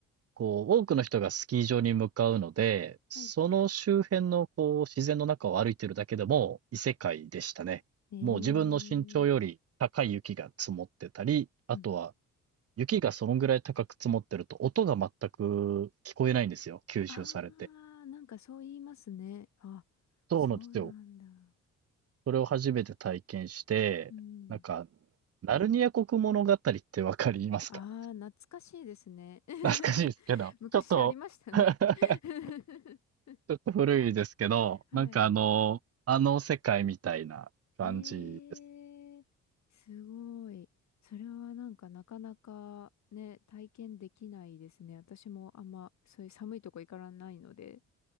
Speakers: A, on the right (about 50°); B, on the left (about 65°).
A: こう、多くの人がスキー場に向かうので、その周辺のこう、
B: はい。
A: 自然の中を歩いてるだけでも異世界でしたね。
B: えー、
A: もう自分の身長より高い雪が積もってたり、あとは
B: うん。
A: 雪がそのぐらい高く積もってると音が全く聞こえないんですよ。吸収されて。
B: あー、なんかそう言いますね。あ、
A: そうなんですよ。
B: そうなんだ。
A: それを初めて体験して、
B: うん。
A: なんか、ナルニア国物語ってわかりますか
B: あー、懐かしいですね。
A: <laughs>
B: <laughs>
A: 懐かしいですけど、
B: 昔ありましたね。
A: ちょっと <laughs>
B: <laughs>
A: ちょっと古いですけど、
B: はい。
A: なんかあの、あの世界みたいな感じです。
B: えー、すごい。それはなんかなかなかね、体験できないですね。私もあんまそういう寒いとこ行からないので。